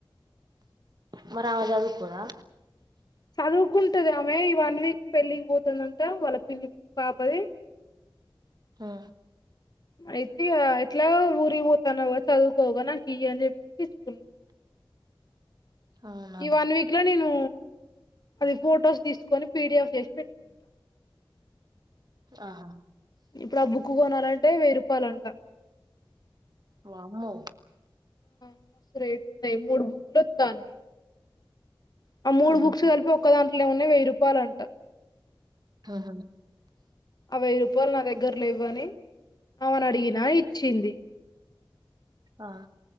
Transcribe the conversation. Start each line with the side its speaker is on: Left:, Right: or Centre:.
Right: మరి ఆమె చదువుకోదా
Left: చదువుకుంటది ఆమె ఈ వన్ వీక్ పెళ్లికి పోతుందంట వాళ్ళ పిన్ని పాపది
Right: మ్
Left: అయితే ఇగా ఎట్లా ఊరి పోతానావ్ గా చదువుకోవుగా నాకీ అని చెప్పి తీచ్చుకున్నా
Right: అవునా
Left: ఈ వన్ వీక్ లో నేను అది ఫొటోస్ తీసుకొని పీడిఎఫ్ చేసి పెట్టుకుంటా
Right: ఆహా
Left: ఇప్పుడు ఆ బుక్ కోన లాంటె వెయ్యి రపాయలుంట
Right: వామ్మో
Left: మస్తు రేటు ఉంది మూడు బుక్కులు వత్తాన్నాయి ఆ మూడు
Right: ఆహా
Left: బుక్స్ కలిపి ఒక్కదా ఏముంది వెయ్యి రూపాయలు అంట
Right: ఆహా
Left: ఆ వెయ్యి రూపాయలు నా దగ్గర లేవు అని ఆమెని అడిగినా ఇచ్చింది
Right: ఆ